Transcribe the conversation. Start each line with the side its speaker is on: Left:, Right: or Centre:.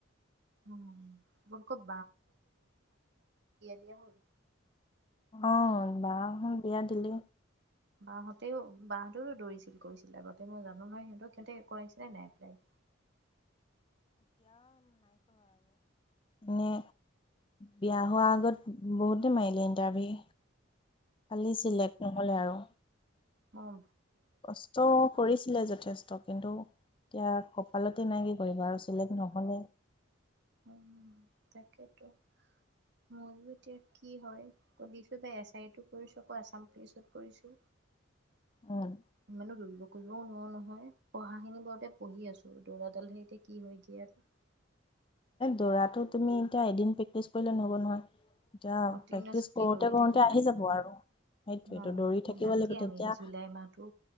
Right: উম মক <unintelligible> দিয়া হ'ল
Left: অ বাক বিয়া দিলে।
Right: বাহহঁতেও বাহঁতেৰো দৌৰিছিল কৰিছিলে আগতে মই জানো নহয় সিহঁতক সিহঁতে কৰাইছিলে নাই এপ্লাই
Left: এনেে বিয়া হোৱা আগত বহুতে মাৰিলে ইণ্টাৰভিউ। খালি চিলেক্ট নহলে আৰু,
Right: অঁ
Left: কষ্ট কৰিছিলে যথেষ্ট, কিন্তু এতিয়া কপালতে নাই কি কৰিবা আৰু চিলেক্ট নহ'লে
Right: আ তাকেইতো ময়ো এতিয়া কি হয় আ দিছো বাই এছ আইটো কৰিছোঁ আকৌ আছাম পুলিচত কৰিছো
Left: উম
Right: ইমানো দৌৰিব কৰিবও নোৱাৰো নহয় পঢ়াখিনি বৰতে পঢ়ি আছো দৌৰাডাল সে এতিয়া কি হয় গিয়াত
Left: দৌৰাতো তুমি এতিয়া এদিন প্ৰেক্টিছ কৰিলে নহব নহয়। এতিয়া
Right: কেণ্টিনিওৱাছলি
Left: প্ৰেক্টিচ কৰোতে
Right: দৌৰি
Left: কৰোতে
Right: থাকিব
Left: আহি
Right: লাগিব,
Left: যাব আৰু সেইটোৱেতো
Right: অঁ
Left: দৌৰি থাকিব
Right: ওলাম
Left: লাগিব
Right: দিয়া
Left: তেতিয়া
Right: আমি জুলাই মাহটো